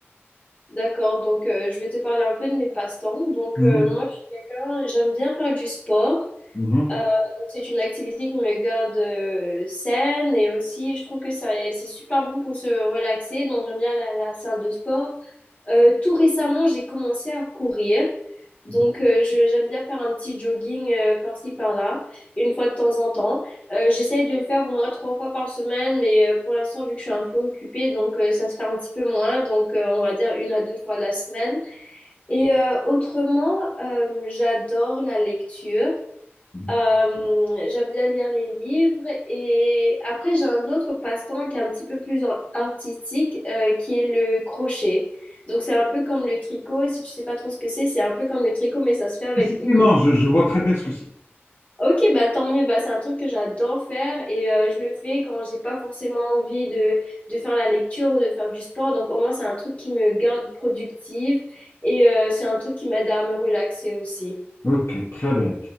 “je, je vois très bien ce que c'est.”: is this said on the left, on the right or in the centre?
Left